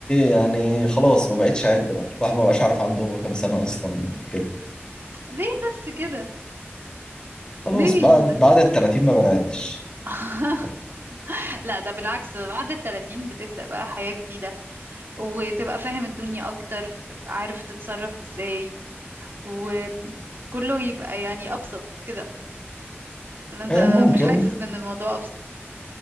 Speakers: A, on the left (about 20°); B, on the right (about 60°).
A: يعني خلاص ما بقتش اعد بقى الواحد ما بقاش عارف عنده هو كام سنه اصلا كده
B: <laughs> ليه بس كده؟
A: خلاص
B: ليه
A: بعد
B: ده؟
A: بعد ال 30 ما بنعدش
B: <laughs> لا ده بالعكس بعد التلاتين بتبدأ بقى حياة جديدة وتبقى فاهم الدنيا أكتر فتبقى عارف تتصرف إزاي وكله يبقى يعني أبسط كده اللي أنت
A: آه، ممكن
B: مش حاسس بأن الموضوع أبسط